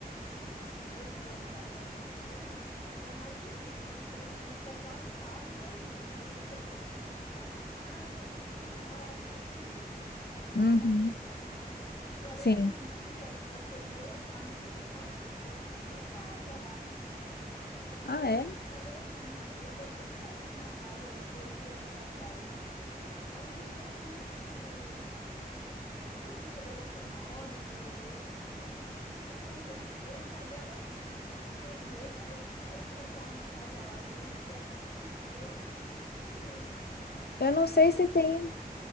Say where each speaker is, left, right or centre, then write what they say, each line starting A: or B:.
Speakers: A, on the left; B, on the left.
A: 18 anos atrás, mais ou menos, era mais difícil. Por exemplo, a gente comprava o carro em dois meses, mas você pensar em comprar uma casa era uma utopia. Você não
B: Uhum.
A: pensava nisso. Agora,
B: Sim.
A: hoje em dia, você vê amigos nossos estão em casa lá, né? Então, assim,
B: Ah,
A: era
B: é?
A: um valor exorbitante uma casa há 18 anos atrás lá. Então, mudou muito não sei se o poder econômico, o que aconteceu, que agora o estrangeiro também consegue comprar uma casa lá. E antigamente isso não tinha, né?
B: Eu
A: Então
B: não
A: eu
B: sei
A: tenho muito
B: se tem,
A: em contar.